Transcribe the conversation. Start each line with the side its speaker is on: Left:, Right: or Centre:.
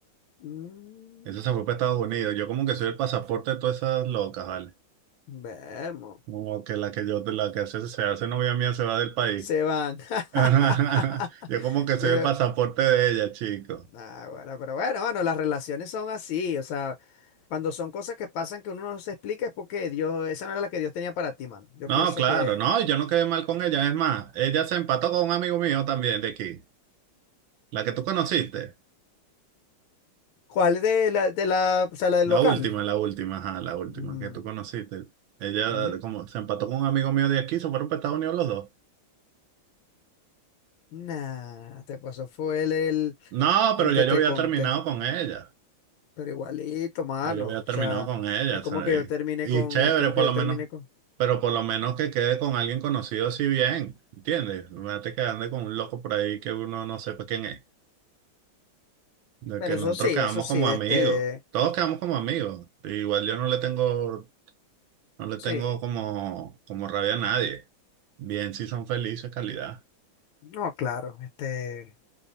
Left: Mm,
Right: Esa se fue para Estados Unidos. Yo como que soy el pasaporte de todas esas locas, ¿vale?
Left: vermo.
Right: Como que la que yo, la que hace, se hace novia mía se va del país.
Left: Se van. <laughs>
Right: <laughs> Yo como que
Left: No,
Right: soy
Left: yo-
Right: el pasaporte de ella, chico.
Left: Nah, bueno, pero bueno, bueno, las relaciones son así. O sea, cuando son cosas que pasan que uno no se explica es porque Dios, esa no era la que Dios tenía para ti, mano. Yo
Right: No,
Left: pienso
Right: claro,
Left: que
Right: no, yo no quedé mal con ella. Es más, ella se empató con un amigo mío también de aquí. La que tú conociste.
Left: ¿Cuál de la, de la, o sea, la del
Right: La
Left: local?
Right: última, la última, ajá, la última
Left: Mm,
Right: que tú conociste. Ella
Left: ujú.
Right: como se empató con un amigo mío de aquí, se fueron para Estados Unidos los dos.
Left: Nah, te pasó, fue el, el,
Right: No,
Left: el
Right: pero ya
Left: que
Right: yo
Left: te
Right: había
Left: conté.
Right: terminado con ella.
Left: Pero igualito, mano.
Right: Ya Yo había terminado
Left: O sea,
Right: con ella,
Left: es
Right: o
Left: como
Right: sea,
Left: que
Right: y,
Left: yo terminé
Right: y
Left: con,
Right: chévere
Left: es como
Right: por
Left: que yo
Right: lo
Left: terminé
Right: menos,
Left: con.
Right: pero por lo menos que quede con alguien conocido así bien, ¿entiendes? No te que ande con un loco por ahí que uno no sepa quién es, de
Left: Bueno,
Right: que
Left: eso
Right: nosotros
Left: sí, eso
Right: quedamos
Left: sí,
Right: como
Left: este,
Right: amigos, todos quedamos como amigos, igual yo no le tengo, no le
Left: sí.
Right: tengo como, como rabia a nadie, bien si son felices, calidad,
Left: No, claro, este,